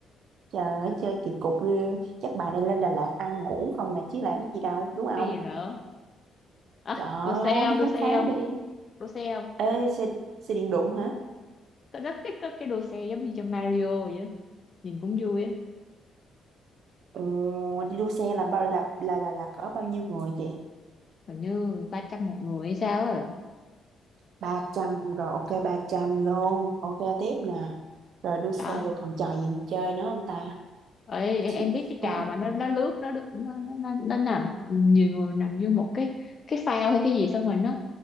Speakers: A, on the right; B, on the left.
A: trời ơi, chơi kỳ cục ghê chắc bà này lên Đà Lạt ăn ngủ không nè chứ làm gì đâu đúng
B: cái
A: không
B: gì nữa à,
A: trời ơi
B: đua xe
A: thôi
B: không
A: đi
B: đua
A: khám
B: xe
A: phá
B: không
A: đi
B: đua xe không
A: ê xe xe điện đụng hả
B: Cậu rất thích các cái đồ xe giống như trong Mario vậy á. Nhìn cũng vui á.
A: ừ, đi đua xe là bao là là là, là cỡ bao nhiêu người chị
B: Hình như 300 một người hay sao à.
A: ba trăm rồi ok 300 luôn ok tiếp nè rồi đua xe
B: Đó.
A: rồi còn trò gì chơi nữa không ta
B: Ê, em
A: chị
B: em biết cái
A: ừ,
B: trò mà nó nó lướt nó đu- nó, nó, nó, nó nằm nhiều người nằm vô một cái cái phao hay cái gì xong rồi nó